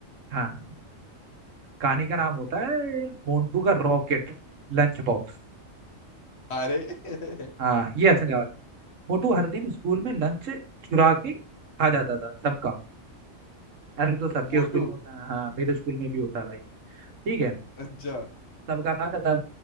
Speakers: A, on the right; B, on the left.
A: हाँ हाँ। कहानी का नाम होता है मोंटू का रॉकेट लंच बॉक्स
B: अरे <laughs>
A: हाँ ये हंसने वाली मोटू हर दिन स्कूल में लंच चुरा के खा जाता था सबका ऐसे तो सबके
B: मोटू
A: स्कूल में होता है हाँ मेरे स्कूल में भी होता है भाई ठीक है
B: अच्छा
A: सबका खाता था